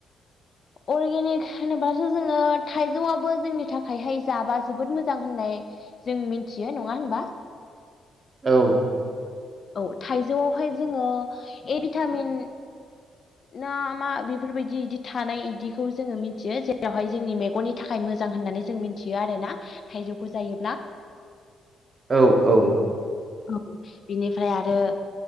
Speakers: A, on the left; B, on the right.
A: अर्गेनिक होनोब्लासो जोङो थाइजौआबो जोंनि थाखायहाय जाबा जोबोद मोजां होननाय। जों मिथियो नङा होनबा।
B: औ
A: औ थाइजौआवहाय जोङो ए भिटामिन ना मा बेफोरबायदि बिदि थानाय बिदिखौ जोङो मिथियो जेरावहाय जोंनि मेगननि नि थाखाय मोजां होननानै जों मिथियो आरोना थाइजौखौ जायोब्ला
B: औ औ
A: औ बिनिफ्राय आरो